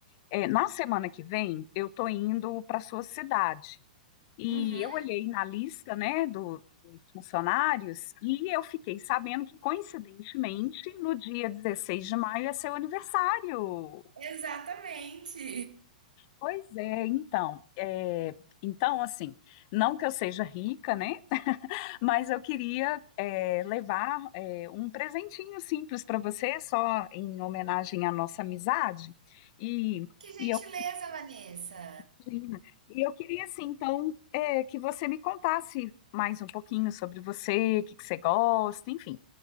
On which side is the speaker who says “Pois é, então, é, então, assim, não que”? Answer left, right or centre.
Left